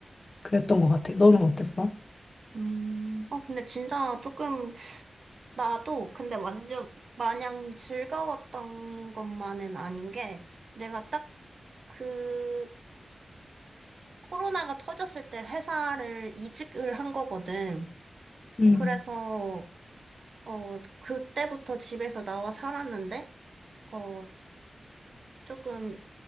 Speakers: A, on the left (about 40°); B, on the right (about 60°).
A: 그랬던 것 같아. 너는 어땠어?
B: 음, 어, 근데 진짜 조금, 나도, 근데 완전, 마냥 즐거웠던 것만은 아닌 게, 내가 딱 그, 코로나가 터졌을 때 회사를 이직을 한 거거든.
A: 음,
B: 그래서, 어, 그때부터 집에서 나와 살았는데, 어, 조금,